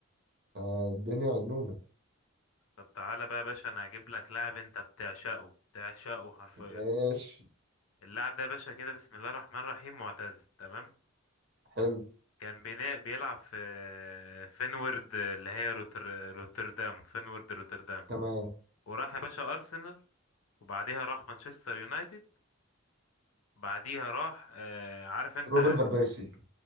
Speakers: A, on the right; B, on the left.
A: آه، الدنيا مجنونة
B: طب تعالى بقى يا باشا انا هجيب لك لاعب انت بتعشقه بتعشقه حرفيا
A: ماشي
B: اللاعب ده يا باشا كده بسم الله الرحمن الرحيم معتزل تمام
A: حلو
B: كان بينا... بيلعب في فينورد اللي هي روتر... روتردام فينورد روتردام
A: تمام
B: وراح يا باشا ارسنال وبعديها راح مانشستر يونايتد بعديها راح آه... عارف انت
A: روبن فان بيرسي